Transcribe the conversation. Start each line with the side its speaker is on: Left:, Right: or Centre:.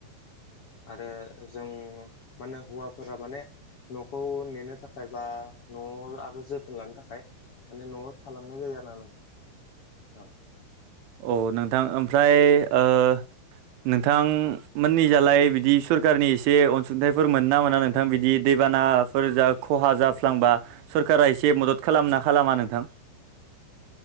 Left: आरो जों माने हौवाफोरा माने न'खौ नेनो थाखाय बा न'आव आरो जोथोन लानो थाखाय माने न'आव थालांनाय जायो आरो ना औ
Right: औ नोंथां ओमफ्राय ओ नोंथांमोननिजालाय बिदि सरखारारनि एसे अनसुंथाइफोर मोन ना मोना नोंथ नोंथां बिदि दैबानाफोर जा खहा जाफ्लांबा सरकारा एसे मदद खालामना खालामा नोंथां।